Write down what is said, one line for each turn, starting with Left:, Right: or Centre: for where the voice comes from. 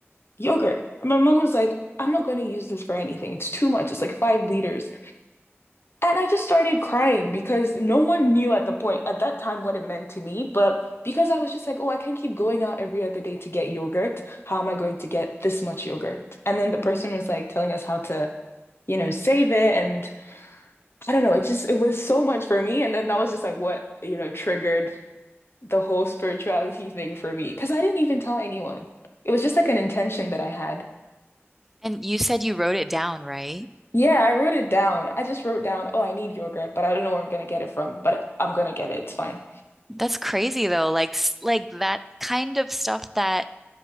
Left: yogurt." And my mom was like, "I'm not going to use this for anything. It's too much. It's like 5 liters." And I just started crying because no one knew at the point at that time what it meant to me. But because I was just like, oh, I can't keep going out every other day to get yogurt. How am I going to get this much yogurt? And then the person was like telling us how to, you know, save it. And I don't know, it just it was so much for me. And then that was just like what, you know, triggered the whole spirituality thing for me. Because I didn't even tell anyone. It was just like an intention that I had.
Centre: And you said you wrote it down, right?
Left: Yeah, I wrote it down. I just wrote down, oh, I need yogurt, but I don't know where I'm gonna get it from, but I'm gonna get it. It's fine.
Centre: That's crazy though. Like s- like that kind of stuff that